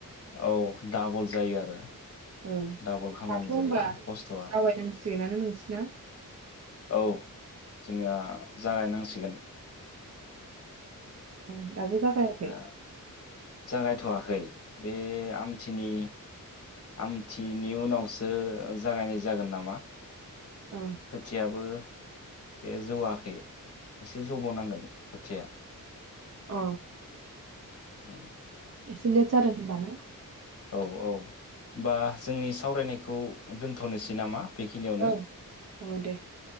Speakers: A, on the left (about 45°); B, on the right (about 50°).
A: औ डाबल जायो आरो
B: ओं
A: डाबल खामानि
B: दाथ' होनबा
A: जायो खस्थ'आ
B: जावायनांसिगोनानो नोंसिना।
A: औ जोंनिया जागायनांसिगोन।
B: ओं दाबो जागायाखै?
A: दा जागायथ'वाखै बे आमथिनि आमथिनि उनावसो जागायनाय जागोन नामा।
B: अ
A: खोथियाबो जे जौआखै एसे जौब'नांगोन खोथिया।
B: अ
A: उम
B: एसे लेद जादों होनाबा ना
A: औ औ होनोमबा जोंनि सावरायनायखौ दोनथ'नोसै नामा बेखिनियावनो
B: औ औ दे